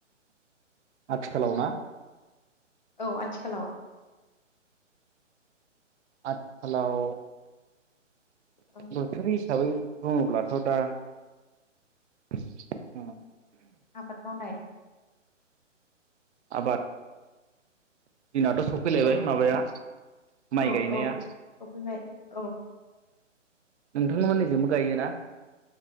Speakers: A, on the right (about 65°); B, on the left (about 40°).
A: आथिखालाव ना
B: औ आथिखालाव
A: आथिलाव
B: औ
A: बोथोर इस हिसाबै बुङोब्लाथ दा उम
B: आबाद मावनाय
A: आबाद दिनाथ सफैलायबाय
B: औ
A: माबाया माइ
B: औ
A: गायनाया
B: औ सफैबाय औ
A: नोंथां मोननिजोंबो गायो ना?